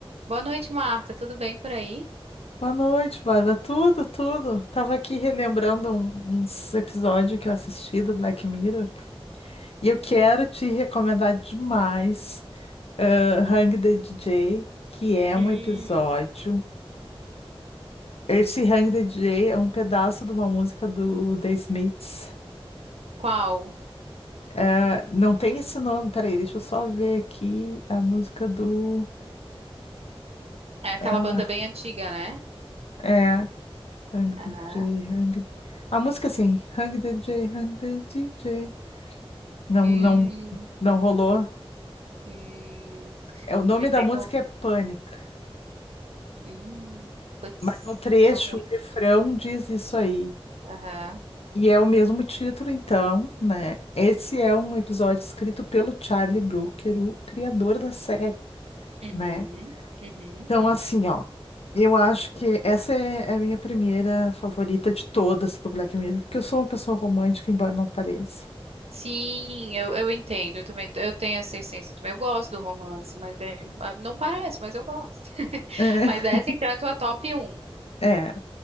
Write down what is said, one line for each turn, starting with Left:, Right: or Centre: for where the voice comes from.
Right: Boa noite, Marta. Tudo bem por aí?
Left: Boa noite, Bárbara. Tudo, tudo. Tava aqui relembrando um- uns episódios que eu assisti do Black Mirror e eu quero te recomendar demais eh, Hang the DJ, que é
Right: Hum,
Left: um episódio. Esse Hang the DJ é um pedaço de uma música do The Smiths.
Right: Qual?
Left: Eh, não tem esse nome, peraí, deixa eu só ver aqui a música do.
Right: É aquela
Left: ah,
Right: banda bem antiga, né?
Left: é, Hang
Right: Aham.
Left: the DJ, Hang. A música assim, Hang the DJ, Hang the DJ. Não,
Right: Hum,
Left: não, não rolou.
Right: hum,
Left: É, o nome
Right: tu me
Left: da
Right: pegou?
Left: música é Pânica,
Right: Hum, putz,
Left: mas no trecho,
Right: eu sou ruim.
Left: o refrão diz isso aí.
Right: Aham.
Left: E é o mesmo título, então, né? Esse é um episódio escrito pelo Charlie Brooker, o criador da série,
Right: Uhum,
Left: né?
Right: uhum.
Left: Então, assim, ó, eu acho que essa é é a minha primeira favorita de todas do Black Mirror, porque eu sou uma pessoa romântica, embora não pareça.
Right: Sim, eu, eu entendo. Eu também, eu tenho essa essência também. Eu gosto do romance, mas é- ah, não parece, mas eu gosto. <laughs>
Left: É,
Right: Mas essa então é a tua top um,
Left: é.